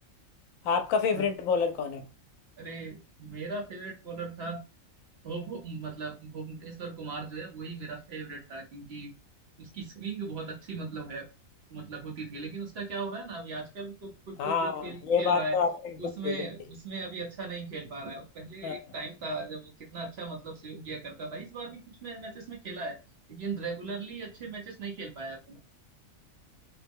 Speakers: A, on the left (about 75°); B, on the right (about 50°).
A: आपका फेवरेट
B: हाँ।
A: बॉलर कौन है
B: अरे मेरा फेवरेट बॉलर था भुव भुव- मतलब भुवनेश्वर कुमार जो है वही मेरा फेवरेट था क्योंकि उसकी स्विंग बहुत अच्छी मतलब है मतलब होती थी लेकिन उसका क्या हो रहा है ना अभी आजकल तो कुछ
A: हाँ
B: कुछ जो खेल
A: ये
B: खेल
A: बात
B: रहा है
A: तो आपने एकदम
B: उसमें
A: सही बोली
B: उसमें अभी अच्छा नहीं खेल पा रहा है पहले
A: हाँ
B: एक टाइम था जब वो कितना अच्छा मतलब स्विंग किया करता था इस बार भी कुछ मैचेस में खेला है लेकिन रेगुलरली अच्छे मैचेस नहीं खेल पाया है।